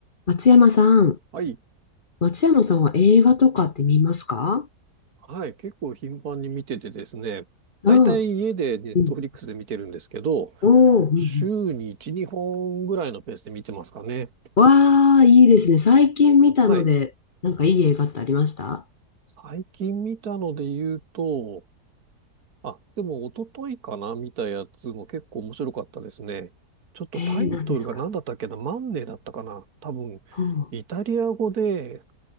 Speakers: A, on the left; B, on the right.
A: 松山さん、
B: はい。
A: 松山さんは映画とかって見ますか
B: はい。結構頻繁に見ててですね。だいたい家でネットフリックスで見てるんですけど、
A: ああ、うん。おお、うんうん。
B: 週に1、2本ぐらいのペースで見てますかね。
A: わあ、いいですね。最近見たので、
B: はい。
A: なんかいい映画ってありました
B: 最近見たので言うと、あ、でも一昨日かな見たやつも結構面白かったですね。ちょっとタイトルが何だったっけなマンネだったかな多分、
A: ええー、何ですかほう。
B: イタリア語で